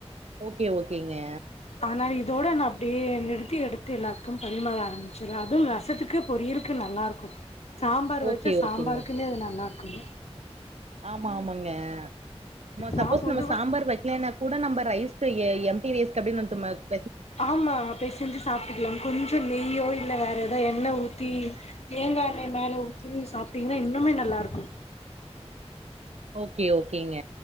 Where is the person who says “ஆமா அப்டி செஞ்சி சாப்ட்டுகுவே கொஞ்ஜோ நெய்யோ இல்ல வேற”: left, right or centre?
Left